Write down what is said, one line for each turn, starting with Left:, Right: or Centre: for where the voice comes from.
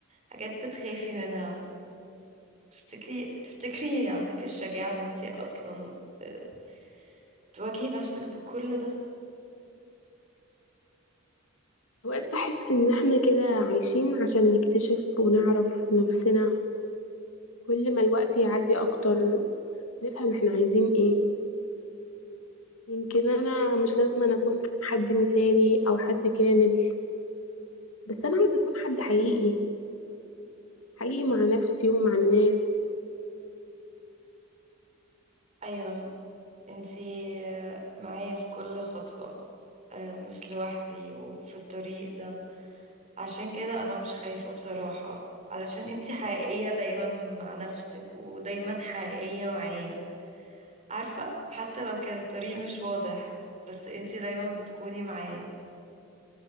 Right: حاجات بتخافي منها تفتكري تفتكري عندك الشجاعة ان انتي اصلا ت- تواجهي نفسك بكل ده
Left: أوقات بحس إن إحنا كده عايشين عشان نكتشف ونعرف نفسنا كل ما الوقت يعدي أكتر نفهم إحنا عايزين إيه يمكن أنا مش لازم أنا أكون حد مثالي أو حد كامل بس أنا عايزة أكون حد حقيقي حقيقي مع نفسي ومع الناس
Right: ايوه انتي معايا في كل خطوة آه، مش لوحدي وفي الطريق ده عشان كده انا مش خايفة بصراحة علشان انتي حقيقية دايما مع نفسك ودايما حقيقية معايا عارفة حتى لو كان الطريق مش واضح بس انتي دايما بتكوني معايا